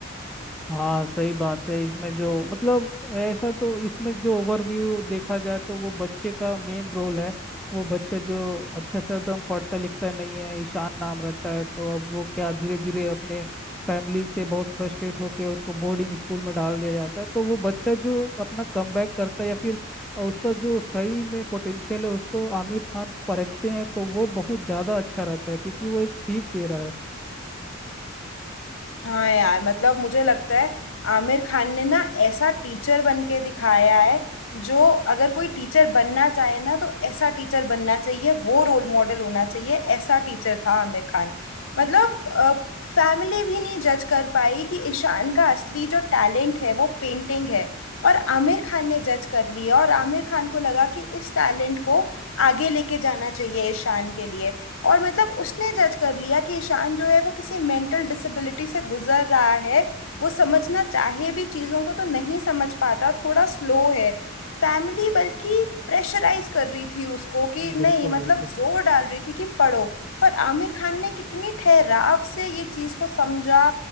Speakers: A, in the centre; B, on the left (about 70°).
A: हाँ सही बात है इसमें जो मतलब ऐसा तो इसमें जो ओवरव्यू देखा जाए तो वो बच्चे का मेन रोल है वो बच्चा जो अच्छा से एकदम पढ़ता लिखता नहीं है ईशान नाम रहता है तो अब वो क्या धीरे धीरे अपने फैमिली से बहुत फ्रस्ट्रेट होके उसको बोर्डिंग स्कूल में डाल दिया जाता है तो वो बच्चा जो अपना कमबैक करता है या फिर उसका जो सही में पोटेंशियल है उसको आमिर खान परखते हैं तो वो बहुत ज़्यादा अच्छा रहता है क्योंकि वो एक सीख दे रहा है
B: हाँ यार मतलब मुझे लगता है आमिर खान ने ना ऐसा टीचर बन के दिखाया है जो अगर कोई टीचर बनना चाहे ना तो ऐसा टीचर बनना चाहिए वो रोल मॉडल होना चाहिए ऐसा टीचर था आमिर खान मतलब फैमिली भी नहीं जज कर पाई कि ईशान का असली जो टैलेंट है वो पेंटिंग है और आमिर खान ने जज कर लिया और आमिर खान को लगा कि इस टैलेंट को आगे लेके जाना चाहिए ईशान के लिए और मतलब उसने जज कर लिया कि ईशान जो है वो किसी मेंटल डिसेबिलिटी से गुजर रहा है वो समझना चाहे भी चीज़ों को तो नहीं समझ पाता थोड़ा स्लो है फैमिली बल्कि प्रेशराइज कर रही थी उसको कि नहीं
A: बिल्कुल
B: मतलब
A: बिल्कुल
B: जोर डाल रही थी कि पढ़ो और आमिर खान ने कितनी ठहराव से ये चीज़ को समझा